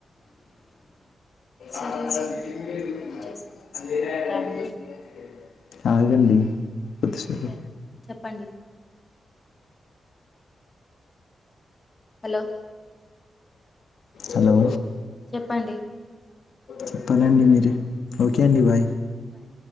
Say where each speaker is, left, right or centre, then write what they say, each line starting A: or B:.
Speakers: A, on the left; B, on the left.
A: సరేలేండి
B: అస్సలేం
A: మరి
B: జరిం జరిగిందో
A: వర్క్ చేసుకోండి
B: తెల్వది.
A: అండి, ఉంటా అండి
B: ఆగండి. కొద్దిసేపు
A: ఏంటండి చెప్పండి. హలో.
B: హలో.
A: చెప్పండి.
B: చెప్పాలండి మీరే ఓకే అండి బాయ్.
A: బాయ్.